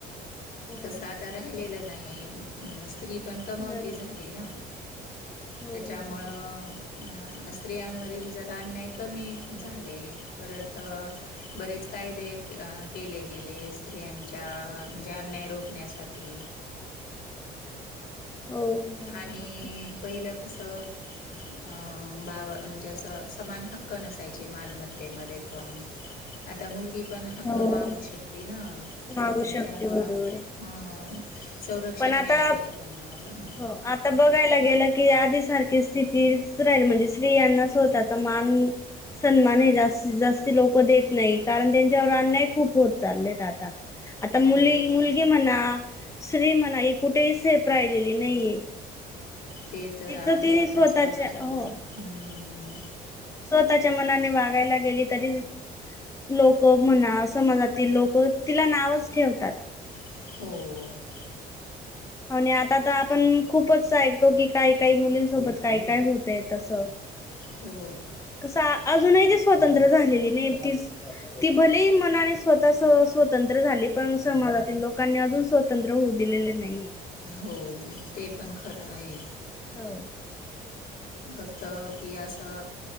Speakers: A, on the left (about 20°); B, on the left (about 65°).
A: हो
B: तसं आता राहिलेलं नाही अ स्त्री पण कमवती
A: बर
B: झाली ना.
A: हो
B: त्याच्यामुळं
A: बरोबर
B: अ स्त्रियांवरील जरा अन्याय कमी झाले, परत अ बरेच कायदे अ केले गेले स्त्रियांच्या म्हणजे अन्याय रोखण्यासाठी.
A: हो. बरोबर
B: आणि
A: आहे
B: पहिलं कसं अं भाव म्हणजे असं समान हक्क नसायचे मालमत्तेमध्ये पण. आता मुलगी पण हक्क
A: हो
B: मागू शकती ना
A: मागू
B: आणि
A: शकते
B: त्यामुळं,
A: बरोबर आहे
B: ह्. संरक्षण
A: पण आता
B: मिळालंय त्यांना पण.
A: हो आता बघायला गेलं की आधी सारखी स्थितीच राहीली म्हणजे स्त्रीयांना स्वतःचा मान. सन्मान हे जास्तीत जास्ती लोक देत नाही कारण त्यांच्यावर अन्याय खूप होत चाललेत आता. ‌ आता
B: हो
A: मुली, मुलगी म्हणा स्त्री म्हणा ही कुठेही सेफ राहिलेली नाहीये.
B: ते तर
A: तिचं
B: आहे
A: ती
B: आपण
A: स्वतःच्या
B: समाजामध्ये,
A: हो
B: हम्म.
A: स्वतःच्या मनाने वागायला गेली तरी. लोक म्हणा समजातील लोक तिला नावच ठेवतात.
B: हो.
A: आणि आता तर आपण खूपच ऐकतो की काही काही मुलींसोबत काय काय होतय तसं.
B: हो.
A: कसं अजूनही ते स्वतंत्र झालेली <unintelligible> तिच. ती भलेही मनाने स्वतः स्वतंत्र झाली पण समाजातील लोकांनी अजून स्वत स्वतंत्र होऊ दिलेले नाहीये.
B: हो ते पण खरं आहे.
A: हो.
B: फक्त की असं